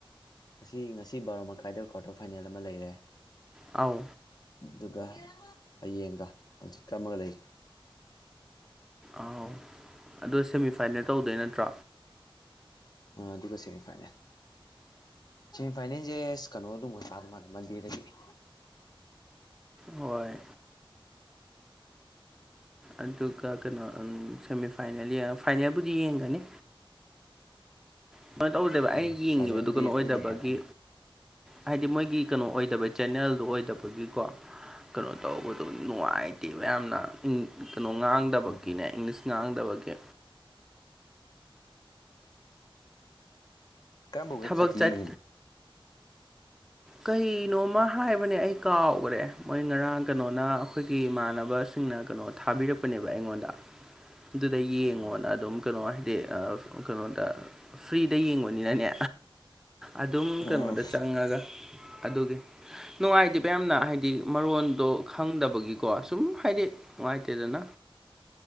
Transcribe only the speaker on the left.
ꯑꯁꯤ ꯉꯁꯤ ꯕꯥꯔꯣ ꯃꯈꯥꯏꯗ ꯀ꯭ꯋꯥꯔꯇꯔ ꯐꯥꯏꯅꯦꯜ ꯑꯃ ꯂꯩꯔꯦ
ꯑꯗꯨꯒ ꯍꯌꯦꯡꯒ ꯍꯪꯆꯤꯠꯀ ꯑꯃꯒ ꯂꯩꯔꯤ
ꯑꯗꯨꯒ ꯁꯦꯃꯤ ꯐꯥꯏꯅꯦꯜ ꯁꯦꯃꯤ ꯐꯥꯏꯅꯦꯜꯁꯦ ꯀꯩꯅꯣꯗꯨꯝ ꯑꯣꯏꯣꯏ ꯆꯥꯗ ꯃꯥꯜꯂꯦ ꯃꯟꯗꯤꯔꯗꯒꯤ ꯗ
ꯎꯝ
ꯐꯥꯏꯅꯦꯜꯕꯨꯗꯤ
ꯂꯣꯏ ꯌꯦꯡꯅꯔꯅꯤ
ꯎꯝ
ꯎꯝ
ꯀꯔꯝꯕ ꯋꯦꯁꯥꯏꯁꯤ
ꯌꯦꯡꯉꯅꯣ
ꯑꯥ
ꯑꯣ